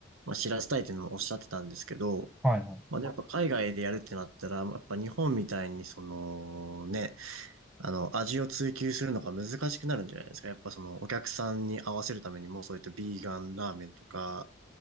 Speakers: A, on the right; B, in the centre.
A: まあ、知らせたいっていうのもおっしゃってたんですけど、
B: はいは
A: まあ、でもやっぱ海外でやるってなったら、まあやっぱ日本みたいに、その、ね、あの、味を追求するのが難しくなるんじゃないですか。やっぱその、お客さんに合わせるためにも、そういったビーガンラーメンとか、